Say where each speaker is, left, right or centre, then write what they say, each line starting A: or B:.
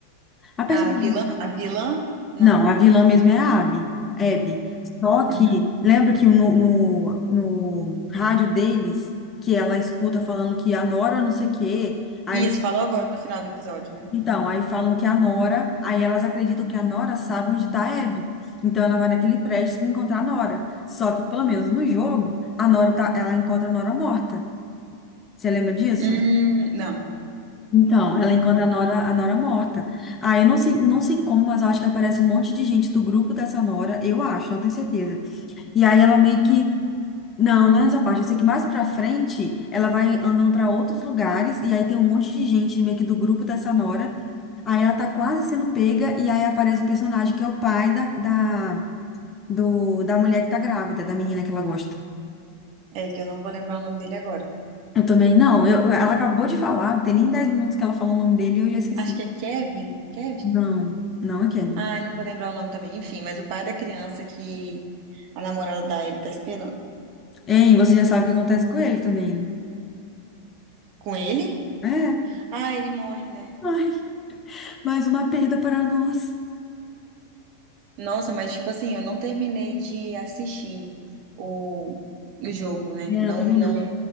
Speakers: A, on the left; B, on the right.
A: A pessoa...
B: A vilã? A vilã? Não.
A: Não, a vilã mesmo é a Abby. Abby. Só que
B: Uhum.
A: lembra que no, no, no rádio deles que ela escuta falando que a Nora não sei o quê. Aí
B: Isso, falou agora no final do episódio, né?
A: Então, aí falam que a Nora, aí elas acreditam que a Nora sabe onde está a Abby. Então ela vai naquele prédio encontrar a Nora. Só que, pelo menos no jogo, a Nora tá, ela encontra a Nora morta. Você lembra disso?
B: Hum, não.
A: Então, ela encontra a Nora, a Nora morta. Aí eu não sei, não sei como, mas eu acho que aparece um monte de gente do grupo dessa Nora, eu acho, não tenho certeza. E aí ela meio que. Não, não é nessa parte. Eu sei que mais pra frente ela vai andando pra outros lugares e aí tem um monte de gente meio que do grupo dessa Nora Aí ela tá quase sendo pega, e aí aparece o personagem que é o pai da, da, do, da mulher que tá grávida, da menina que ela gosta.
B: É que eu não vou lembrar o nome dele agora.
A: Eu também, não, eu, ela acabou de falar, não tem nem 10 minutos que ela falou o nome dele e eu já esqueci.
B: Acho que é Kevin. Kevin?
A: Não, não é Kevin.
B: Ai, não vou lembrar o nome também. Enfim, mas o pai da criança que a namorada da Ellie tá esperando.
A: Hein, você já sabe o que acontece com ele também, né?
B: Com ele?
A: É,
B: Ah, ele morre, né?
A: ai, mais uma perda para nós.
B: Nossa, mas tipo assim, eu não terminei de assistir o, o jogo, né?
A: É,
B: Não,
A: eu também
B: não,
A: não.